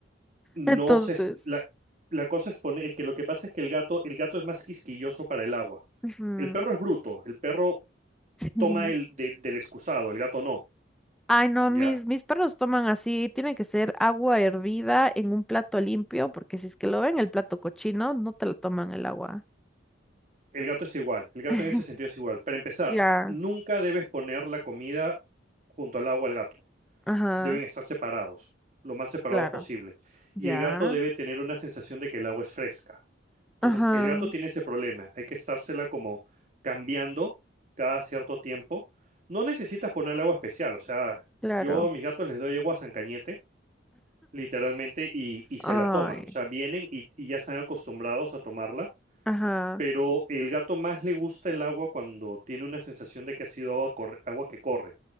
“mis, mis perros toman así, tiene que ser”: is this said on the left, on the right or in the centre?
Centre